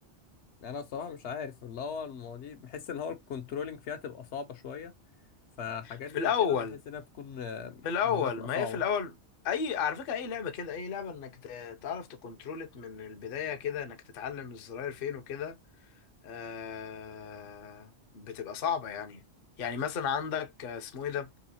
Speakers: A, on the left; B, on the left.
A: يعني انا الصراحة مش عارف اللي هو المواضيع بحس ان هو الكنترولينج فيها تبقى صعبة شوية فحاجات
B: في
A: زي
B: الاول
A: كده بحس انها بتكون آه،
B: في الاول
A: بالنسبة لي تبقى
B: ما
A: صعبة
B: هي في الاول اي على فكره اي لعبه كده اي لعبه انك ت- تعرف تكنترولت من البدايه كده انك تتعلم الزراير فين وكده آه بتبقى صعبه يعني يعني مثلا عندك آه، اسمه ايه ده